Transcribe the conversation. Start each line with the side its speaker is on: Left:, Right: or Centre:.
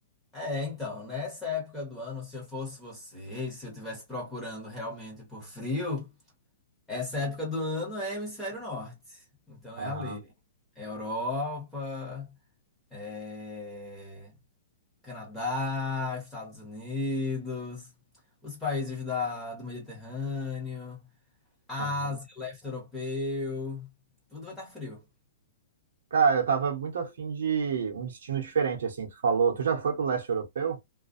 Centre: É, então, nessa época do ano, se eu fosse você, e se eu estivesse procurando realmente por frio, essa época do ano é hemisfério norte. Então
Right: Aham,
Centre: é ali. É Europa, é Canadá, Estados Unidos, os países da, do Mediterrâneo. Ásia,
Right: aham.
Centre: leste europeu, tudo vai estar frio.
Right: Cara, eu tava muito afim de um destino diferente, assim, tu falou. Tu já foi pro leste europeu?